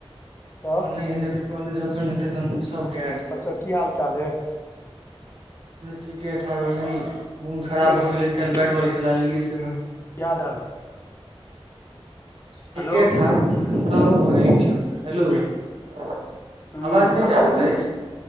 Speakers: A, on the left; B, on the right.
A: तब आओर
B: नहि हेते तऽ कॉलेज हेै त
A: और सब की हाल चाल अइ
B: ठीके ठाक बहन मोन खराब
A: आँय यौ
B: भऽ गेलै
A: नन्दू
B: काल्ह बैट बॉल खेला लेलियै से बहीन
A: की हाल
B: ठीके
A: हेलो
B: ठाकरा ओ घर ल छ हेलो अवाज
A: हूँ
B: नहि जाब रहय